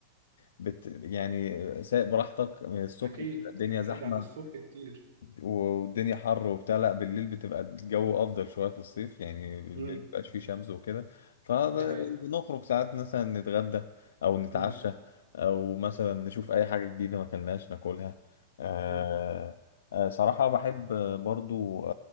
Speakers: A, on the left; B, on the right.
A: بت يعني سايق براحتك الصبح
B: اكيد
A: الدنيا
B: اكيد
A: زحمه
B: عن الصبح كتير
A: والدنيا حر وبتاع لا بالليل بتبقى الجو افضل شويه في الصيف يعني بالليل
B: امم
A: مبقاش فيه شمس وكده فبنخرج
B: دي حقيقه
A: ساعات مثلا نتغدى او نتعشى
B: امم
A: او مثلا نشوف اي حاجه جديده ما كلناش ناكلها آه
B: امم
A: آه صراحه بحب برضو آه